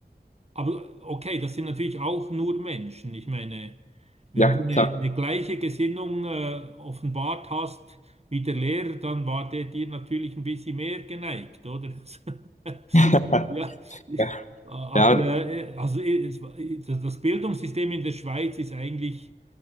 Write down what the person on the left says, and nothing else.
Ja,
klar.
<laughs>
Ja,
ja,